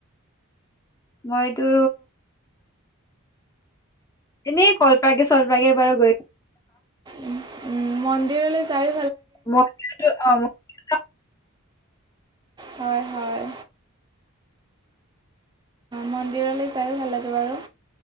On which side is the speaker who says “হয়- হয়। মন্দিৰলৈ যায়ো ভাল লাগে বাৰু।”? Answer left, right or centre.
Right